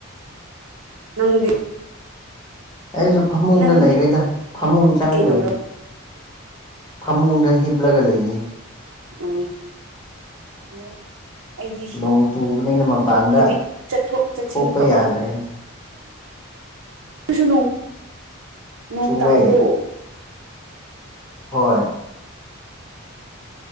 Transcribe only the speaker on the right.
ꯅꯪꯗꯤ
ꯅꯪꯗꯤ
ꯀꯩꯗꯧꯔ
ꯑꯣ ꯑꯣ ꯑꯩꯗꯤ
ꯍꯤꯞꯇꯗꯤ ꯆꯠꯊꯣꯛ ꯆꯠꯁꯤꯟ
ꯇꯧꯔ
ꯀꯁꯨ ꯅꯣꯡ
ꯇꯥꯕ꯭ꯔꯣ